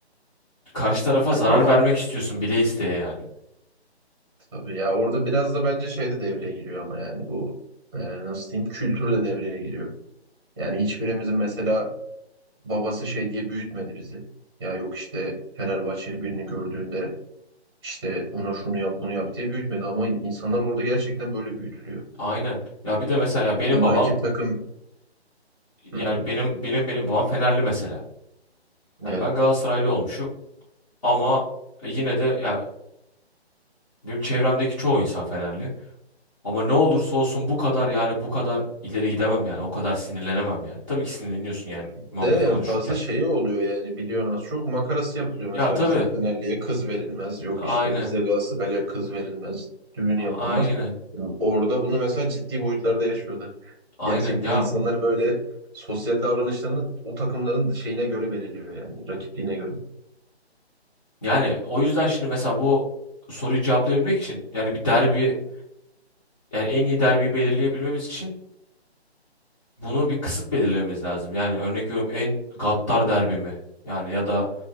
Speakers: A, on the left; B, on the right.
A: karşı tarafa
B: Ya,
A: zarar
B: bu,
A: vermek istiyorsun bile isteye yani.
B: tabii ya orada biraz da bence şey de devreye giriyor ama yani bu e, nasıl diyeyim kültür de devreye giriyor. Yani hiçbirimizin mesela babası şey diye büyütmedi bizi. Ya yok işte Fenerbahçeli birini gördüğünde işte ona şunu yap bunu yap diye büyütmedi ama insanlar orada gerçekten böyle büyütülüyor.
A: Aynen. Ya bir de mesela benim
B: Yani
A: babam
B: rakip takım
A: yani
B: Hı hı.
A: benim benim benim babam Fenerli mesela. Yani
B: yani
A: ben Galatasaraylı olmuşum ama yine de ya benim çevremdeki çoğu insan Fenerli. Ama ne olursa olsun bu kadar yani bu kadar ileri gidemem yani. O kadar sinirlenemem yani. Tabii ki sinirleniyorsun
B: Ya
A: yani
B: bizde
A: muhabbet
B: en
A: konuşurken.
B: fazla şey oluyor yani biliyorsun az çok makarası yapılıyor.
A: Ya
B: Mesela
A: tabii.
B: bizde Fenerli'ye kız verilmez. Yok
A: Aynen.
B: işte bizde Galatasaray'a kız verilmez. Düğün yapılmaz.
A: Aynen.
B: Ya Orada bunu mesela ciddi boyutlarda yaşıyorlar.
A: Aynen
B: Gerçekten
A: ya
B: insanlar böyle sosyal davranışlarını o takımların şeyine göre belirliyor yani rakipliğine göre.
A: yani o yüzden şimdi mesela bu soruyu cevaplayabilmek için yani bir derbi yani en iyi derbiyi belirleyebilmemiz için bunu bir kısıt belirlememiz lazım. Yani örnek veriyorum en gaddar derbi mi? Yani ya da